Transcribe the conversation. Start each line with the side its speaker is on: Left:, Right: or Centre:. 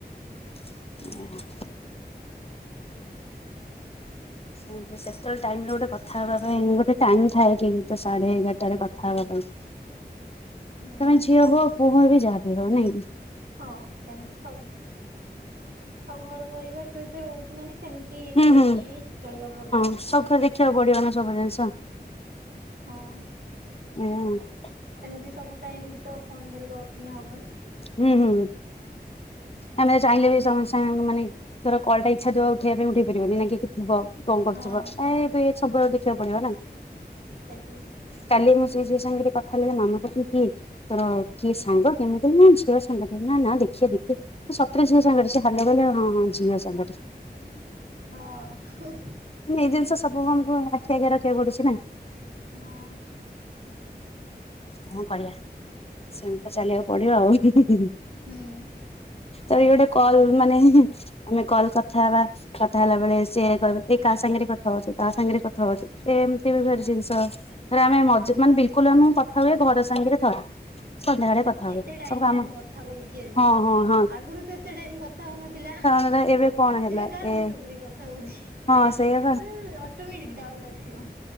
Left: <inaudible> ହୁଁ। <inaudible> ସେତେବେଳେ ଟାଇମ ର ଗୋଟେ କଥା ହବା ପାଇଁ। ଗୋଟେ ଟାଇମ ଥାଏ କି? ଗୀତ ସାଢ଼େ ଏଗାରଟାରେ କଥା ହେବା ପାଇଁ।
Right: ହୁଁ
Left: ତମେ ଝିଅ ହୁଅ। ପୁଅ ବି, ଯାହା ହୁଅ ନାଇଁକି।
Right: ହଁ। ସେମିତି ସବୁ। ଆଉ ଘର ପରିବାର ସହିତ ରହୁଛୁ ମାନେ, ସେମ ତି
Left: ହୁଁ
Right: ଚଳିକି
Left: ହୁଁ।
Right: ହିଁ ଚଳିବାକୁ ପଡିବ।
Left: <unintelligible> ଦେଖିବାକୁ ପଡିବ ନା ସବୁ ଜିନିଷ।
Right: ହଁ।
Left: ହଁ। <inaudible>
Right: ସେମିତି ସବୁ ଟାଇମ ବି ତ, ଫୋନ ଧରିକି ଗପିନ ହବନି।
Left: ହୁଁ, ହୁଁ। ଆମେ ଚାହିଁଲେ ବି ସମସ୍ତ ସାଙ୍ଗମାନେ ଧର କଲ ଟା ଇଚ୍ଛା ଥିବ ଉଠେଇବା ପାଇଁ। ଉଠେଇ ପାରିବନି, ନା କିଏ ଥିବ। କଣ କରୁଥିବ।
Right: ହଁ
Left: ଏ ଏବେ ସବୁବେଳେ ଦେଖିବାକୁ ପଡିବ ନା।
Right: ତାଇତେଲି। <unintelligible>
Left: କାଲି ମୁଁ ସେ ଝିଅ ସାଙ୍ଗରେ କଥା ହେଲି। ମାମା କହୁଛି କିଏ? ତୋର କିଏ ସାଙ୍ଗ କେମିତି? ମୋ ଝିଅ ସାଙ୍ଗଟିଏ। ନାଁ ନାଁ ଦେଖିଆ ଦେଖିଆ। ସତରେ ଝିଅ ସାଙ୍ଗରେ ହାଲ ଭଲ। ହଁ ହଁ। ଝିଅ ସାଙ୍ଗରେ।
Right: ହଁ।
Left: ଏଇ ଜିନିଷ ସବୁ, ଆମକୁ ଆଖି ଆଗିଆ ରଖିବାକୁ ପଡୁଛି ନା।
Right: ହଁ
Left: କଣ କରିବା। ସେମିତି ତ ଚାଲିବାକୁ ପଡିବ ଆଉ।
Right: ହୁଁ।
Left: ଆରେ ଗୋଟେ କଲ୍ ମାନେ ଆମେ କଲ କଥା ହେବା। କଥା ହେଲା ବେଳେ, ସିଏ କହିବ ଏ କାହା ସାଙ୍ଗରେ କ ହଉ ତା ସାଙ୍ଗରେ କଥା ହଉଛି। ଏ ଏମିତି ଭାରି ଜିନିଷ ଏରେ ଆମେ ମଜିଦ୍
Right: ହଁ
Left: ମାନେ ବିଲ୍ କୁଲ୍ ଆମେ କଥା ହୁଏ, ଘର ସାଙ୍ଗରେ ଥରେ ସନ୍ଧ୍ୟାବେଳେ କଥା
Right: ଏତେ
Left: ହୁଏ
Right: ଟାଇମ
Left: ସବୁ କାମ,
Right: କଣ କଥା କହୁଛି ଏବେ
Left: ହଁ ହଁ।
Right: ଆଗରୁ ତ ଏତେ ଟାଇମ କଥା ହଉନଥିଲ।
Left: ଏବେ ଏବେ କଣ? ହେଲା
Right: ଏବେ କାହା ସହିତ
Left: ଏ
Right: ପୁଣି କଥା ହଉଛି?
Left: ହଁ ସେଇଆ
Right: ଉମ୍ ଅଟୋମିକ୍ ଡାଉଟ୍ ଆସିବ।